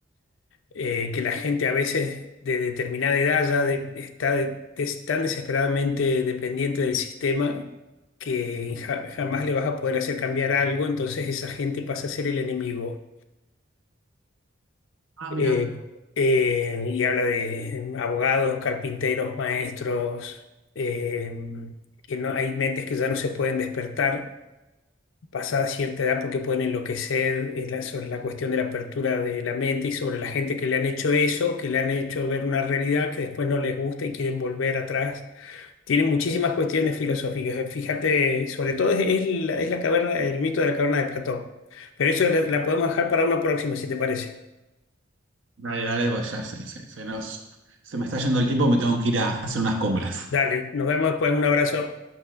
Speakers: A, on the left; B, on the right.
A: eh, que la gente a veces de determinada edad ya de- está de- des- tan desesperadamente dependiente del sistema que ja- jamás le vas a poder hacer cambiar algo, entonces esa gente pasa a ser el enemigo.
B: Ah,
A: Eh,
B: mira.
A: eh, y habla de abogados, carpinteros, maestros, eh, que no, hay mentes que ya no se pueden despertar pasada cierta edad porque pueden enloquecer eh, la- sobre la cuestión de la apertura de la mente y sobre la gente que le han hecho eso, que le han hecho ver una realidad que después no les gusta y quieren volver atrás. Tiene muchísimas cuestiones filosóficas. Eh, Fíjate, sobre todo es, es la, es la caverna, el mito de la caverna de Platón. Pero eso la, la podemos dejar para una próxima, si te parece.
B: Dale, dale, pues ya se, se, se nos, se me está yendo el tiempo, me tengo que ir a hacer unas compras.
A: Dale, nos vemos después. Un abrazo.